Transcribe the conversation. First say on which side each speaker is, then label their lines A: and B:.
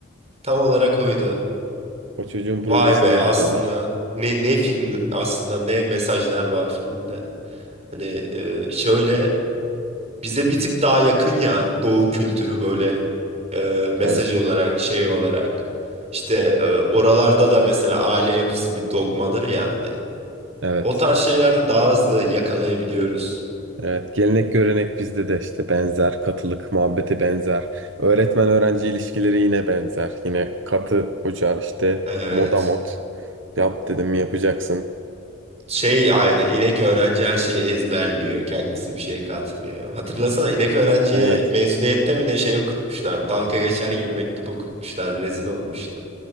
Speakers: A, on the right (about 30°); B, on the right (about 65°).
A: Tam olarak oydu.
B: O çocuğun projesini
A: Vay be
B: yürütüyorlar.
A: aslında ne ne film aslında ne mesajlar var filmde. Hani e, şöyle bize bir tık daha yakın ya doğu kültürü böyle e, mesaj
B: Evet,
A: olarak şey olarak. İşte e, oralarda da mesela aile yapısı bir dogmadır ya hani.
B: evet.
A: O tarz şeylerde daha hızlı yakalayabiliyoruz.
B: Evet, gelenek görenek bizde de işte benzer, katılık muhabbeti benzer, öğretmen öğrenci ilişkileri yine benzer. Yine katı hoca işte
A: Evet.
B: moda mod. Yap dedim mi yapacaksın.
A: Şey aynı inek öğrenci her şeyi ezberliyor. Kendisi bir şey katmıyor. Hatırlasana inek öğrenciye
B: Evet.
A: mezuniyette mi ne şey okutmuşlar. Dalga geçer gibi mektup okutmuşlar. Rezil olmuştu.